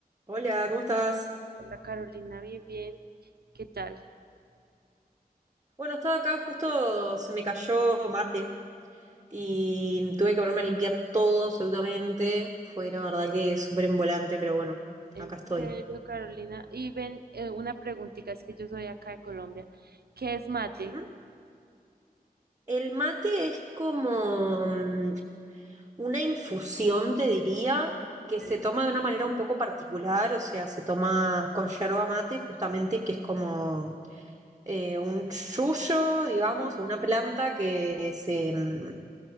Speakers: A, on the right; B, on the right.
A: Hola, ¿cómo estás?
B: Hola Carolina, bien, bien. ¿Qué tal?
A: Bueno, estaba acá, justo se me cayó mate y tuve que ponerme a limpiar todo absolutamente. Fue la verdad que súper volante, pero bueno,
B: En
A: acá estoy.
B: serio, Carolina. Y ven, eh, una preguntita, es que yo soy acá de Colombia. ¿Qué es mate?
A: Ujú. El mate es como mm, una infusión, te diría, que
B: Eh,
A: se toma de una manera un poco particular, o sea, se toma con yerba mate justamente, que es como eh, un yuyo, digamos, o una planta que se, mm,